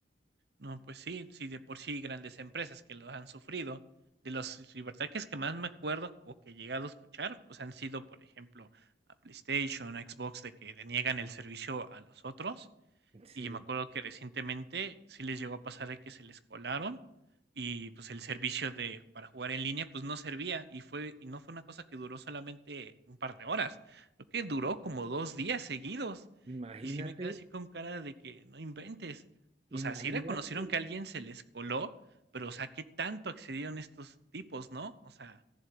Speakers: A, on the right; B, on the right.
A: No, pues sí, sí, de por sí grandes empresas que lo han sufrido. De los ciberataques que más me acuerdo o que he llegado a escuchar, pues han sido, por ejemplo, a PlayStation, a Xbox, de que deniegan el servicio a los otros.
B: Sí,
A: Y me acuerdo que recientemente sí les llegó a pasar de que se les colaron y, pues, el servicio de para jugar en línea, pues, no servía, y fue y no fue una cosa que duró solamente un par de horas, creo que duró como 2 días seguidos,
B: imagínate,
A: y sí me quedé así con cara de que no inventes. O sea,
B: imagínate.
A: sí reconocieron que a alguien se les coló, pero, o sea, ¿qué tanto accedieron estos tipos, no? O sea,